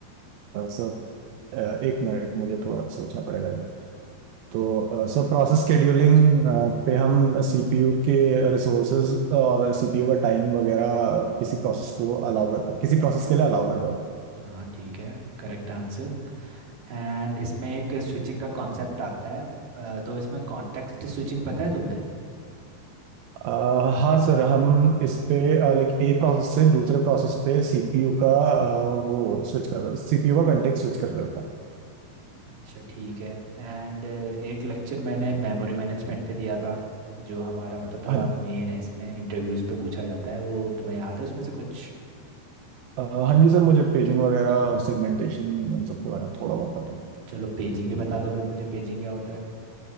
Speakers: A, on the right; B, on the right.
A: सब अ, एक मिनट मुझे थोड़ा सोचना पड़ेगा ये। तो अ, सर प्रोसेस स्केड्यूलिंग पे हम सीपीयू के रिसोर्सेज और सीपीयू का टाइम वगैरह किसी प्रोसेस को अलाउ करता है किसी प्रोसेस के लिए अलाउ करता है
B: हाँ ठीक है करेक्ट आंसर एंड इसमें एक स्विचिंग का कॉन्सेप्ट आता है अ, तो इसमें कॉन्टेक्स्ट स्विचिंग पता है तुम्हें
A: अ, हाँ सर हम इस पे लाइक एक प्रोसेस से दूसरे प्रोसेस पे सीपीयू का अ, वो स्विच कर रहे हो सीपीयू का कंटेक्ट स्विच कर रहे होता है
B: अच्छा ठीक है एंड एक लेक्चर मैंने मेमोरी मैनेजमेंट पे दिया था जो हमारा मतलब थोड़ा
A: हाँ
B: मेन है इसमें इंटरव्यूज पे पूछा जाता है वो तुम्हें याद है उसमें से कुछ
A: अ, हाँ जी सर मुझे पेजिंग वगैरह सेगमेंटेशन इन सब के बारे में थोड़ा बहुत पता है
B: चलो पेजिंग ही बता दो फिर मुझे पेजिंग क्या होता है